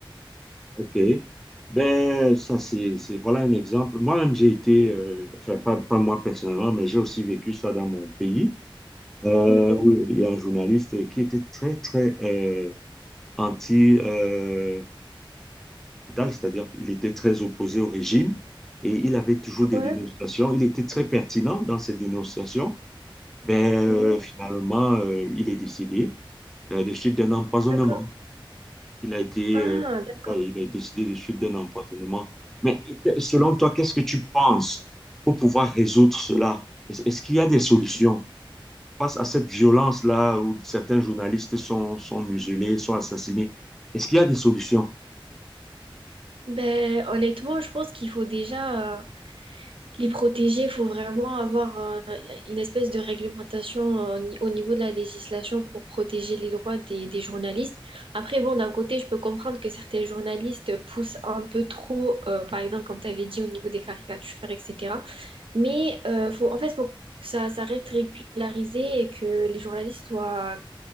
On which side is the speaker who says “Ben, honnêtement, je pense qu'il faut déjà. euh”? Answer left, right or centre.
Right